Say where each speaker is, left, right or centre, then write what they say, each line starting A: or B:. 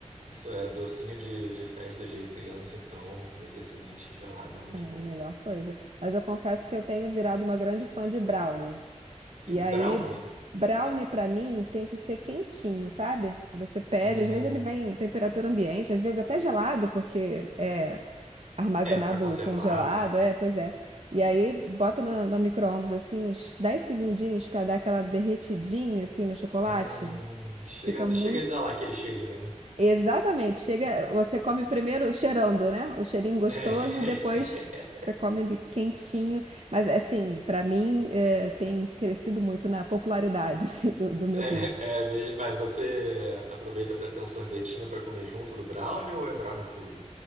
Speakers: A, on the right; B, on the right.
A: Isso é docinho de, de festa de criança, então, no dia seguinte, gelado é muito
B: É a
A: bom.
B: melhor coisa. Mas eu confesso que eu tenho virado uma grande fã de brownie. E
A: E brownie?
B: aí, brownie pra mim tem que ser quentinho, sabe? Você pede,
A: Hum,
B: às vezes ele vem em temperatura ambiente, às vezes até gelado, porque é armazenado
A: é, pra conservar,
B: congelado,
A: né?
B: é, pois é. E aí bota no, no micro-ondas assim uns 10 segundinhos pra dar aquela derretidinha assim no chocolate.
A: Hum, chega,
B: Fica muito
A: chega a exalar aquele cheirinho, né?
B: Exatamente. Chega, você come primeiro cheirando, né? O cheirinho gostoso
A: É,
B: e depois você come ele quentinho. Mas assim, pra mim é, tem crescido muito na popularidade <laughs> assim do, do meu gosto.
A: <laughs> é mesmo, mas você aproveita pra ter um sorvetinho pra comer junto do brownie ou é brownie puro?